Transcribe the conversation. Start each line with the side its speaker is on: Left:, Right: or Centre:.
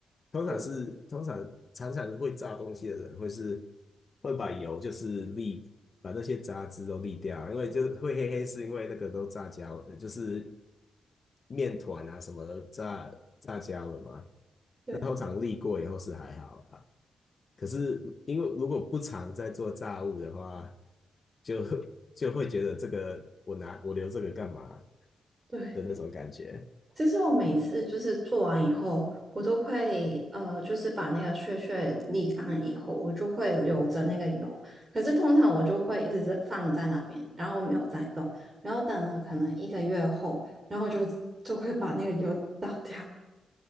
Left: 通常是通常常常会炸东西的人会是
Right: 对
Left: 会把油就是沥把那些杂质都沥掉啊，因为就会黑黑是因为那个都炸焦，就是面团啊什么的炸炸焦了嘛，
Right: 对，
Left: 那通常沥过以后是还好啦。可是因为如果不常在做炸物的话，就就会觉得这个我拿我留这个干嘛
Right: 对，
Left: 的那种感觉。
Right: 就是我每次就是做完以后，我都会呃，就是把那个屑屑沥干以后，我就会留着那个油。可是通常我就会一直是放在那边，然后我没有再动，然后等了可能一个月后，然后就就会把那个油 <laughs> 倒掉。